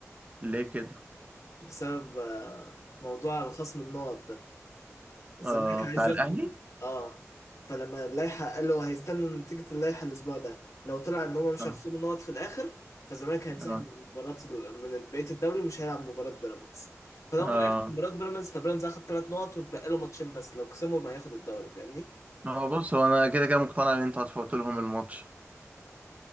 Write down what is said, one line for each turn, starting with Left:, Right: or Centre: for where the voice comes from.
Right: ليه كده
Left: بسبب آه، موضوع الخصم النقط ده الزمالك
Right: آه بتاع
Left: عايز
Right: الاهلي
Left: يخطف اه فلما اللائحه قال له هيستنوا نتيجه اللائحه الاسبوع ده لو طلع ان هم مش
Right: اه
Left: هيخصموا نقط في الاخر فالزمالك هينسحب
Right: اه
Left: من مباراه من بقيه الدوري ومش هيلعب مباراه بيراميدز فلو
Right: اه
Left: ما لعبش مباراه بيراميدز فبيراميدز هياخد ثلاث نقط وتبقى له ماتشين بس لو كسبهم هياخد الدوري فاهمني
Right: هو بص هو انا كده كده مقتنع ان انتوا هتفوتوا لهم الماتش